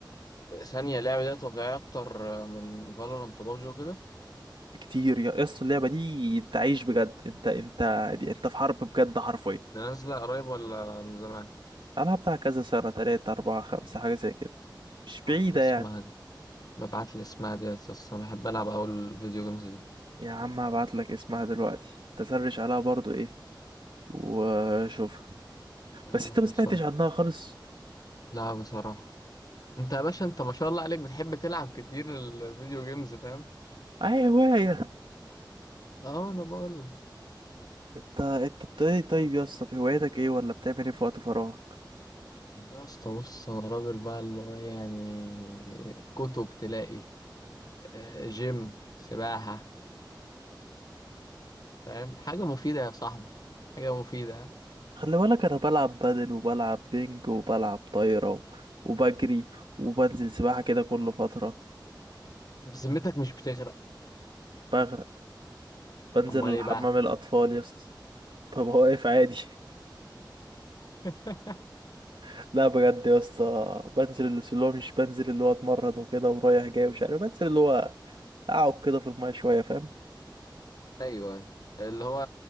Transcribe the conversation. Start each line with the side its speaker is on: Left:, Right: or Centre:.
Left: ثانية اللعبة دي واقعية أكتر آه، من فالورانت وبابجي وكده؟
Right: بكتير يا يا اسطى اللعبة دي انت عايش بجد انت انت دي انت في حرب بجد حرفيا
Left: ده نازلة قريب ولا من زمان؟
Right: ألعب بتاع كذا سنة تلاتة أربعة خمسة حاجة زي كده مش
Left: ببعت
Right: بعيدة
Left: لي اسمها
Right: يعني
Left: دي ببعت لي اسمها دي بس أنا بحب ألعب أوي الفيديو جيمز دي
Right: يا عم هبعت لك اسمها دلوقتي تسرش عليها برضو ايه وشوفها
Left: يا
Right: بس
Left: عم
Right: انت
Left: خلصنا
Right: ما سمعتش عنها خالص
Left: لا بصراحة أنت يا باشا أنت ما شاء الله عليك بتحب تلعب كتير الفيديو جيمز فاهم؟
Right: اي هواية
Left: اه أنا بقول لك.
Right: انت انت بت- ايه طيب يا اسطى في هوايتك ايه ولا بتعمل ايه في وقت فراغك
Left: والله يا اسطى بص انا راجل بقى اللي هو يعني كتب تلاقي آه، جيم سباحة فاهم حاجة مفيدة يا صاحبي حاجة مفيدة
Right: خلي بالك انا بلعب بادل وبلعب بينج وبلعب طايرة و- وبجري وبنزل سباحة كده كل فترة
Left: بذمتك مش بتغرق
Right: بغرق بنزل
Left: امال ايه
Right: حمام
Left: بقى
Right: الاطفال يا اسطى ببقى واقف عادي
Left: <laughs>
Right: <laughs> لا بجد يا اسطى بنزل اللي اللي هو مش بنزل اللي هو اتمرن وكده ورايح جاي ومش عارف بنزل اللي هو اقعد كده في المايه شويه فاهم
Left: ايوه أيوة. اللي هو